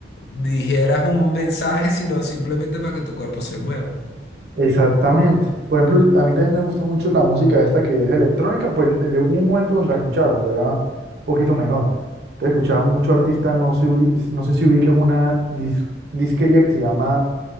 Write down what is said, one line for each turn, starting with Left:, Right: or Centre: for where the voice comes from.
Left: dijeras un mensaje, sino simplemente para que tu cuerpo se mueva.
Right: Exactamente. Por ejemplo, a mí también me gusta mucho la música esta que es electrónica, pues llegó un momento donde la escuchaba cuando era un poquito menor. Entonces escuchaba mucho artista, no sé, ubi- no sé si ubiques una dis- disquería que se llama